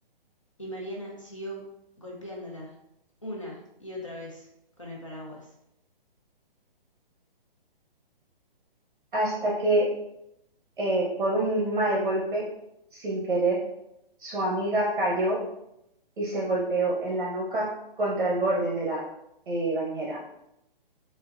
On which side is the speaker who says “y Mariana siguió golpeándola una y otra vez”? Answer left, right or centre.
Left